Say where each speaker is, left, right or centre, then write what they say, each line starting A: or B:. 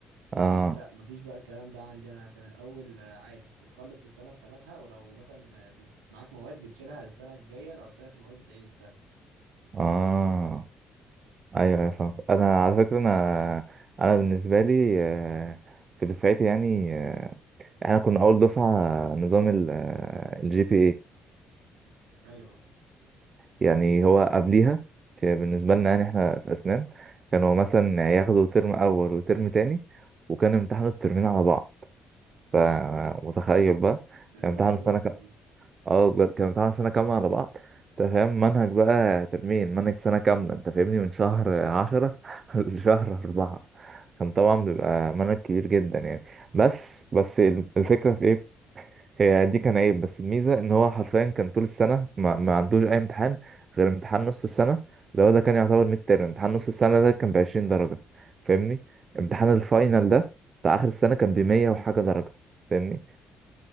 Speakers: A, on the right; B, on the right.
A: اه
B: لا مفيش بقى الكلام ده عندي انا كان الاول آه، عادي بتخلص السنة بسنتها ولو مثلا آه، بت- معاك مواد بتشيلها للسنة الجاية لو ثلاث مواد بتعيد السنة
A: اه ايوه ايوه فاهم انا على فكرة انا انا بالنسبة لي آه، في دفعتي يعني آه، احنا كنا اول دفعة نظام الجي بي اي
B: ايوه
A: يعني هو قبليها في- بالنسبة لنا يعني احنا في اسنان كانوا مثلا ياخدوا ترم اول وترم تاني وكانوا يمتحنوا الترمين على بعض فمتخيل بقى
B: ده
A: كان
B: دي
A: امتحان
B: صعبة
A: سنة
B: جدا
A: كام
B: دي
A: اه بجد كان امتحان سنة كاملة على بعض انت فاهم منهج بقى ترمين منهج سنة كاملة انت فاهمني من شهر عشرة <laughs> لشهر أربعة كان طبعا بيبقى منهج كبير جدا يعني بس بس الفكرة في ايه هي دي كان عيب بس الميزة ان هو حرفيا كان طول السنة ما, ما عندوش أي امتحان غير امتحان نص السنة اللي هو ده كان يعتبر ميد ترم امتحان نص السنة ده كان بعشرين درجة فاهمني امتحان الفاينل ده بتاع آخر السنة كان بمية وحاجة درجة فاهمني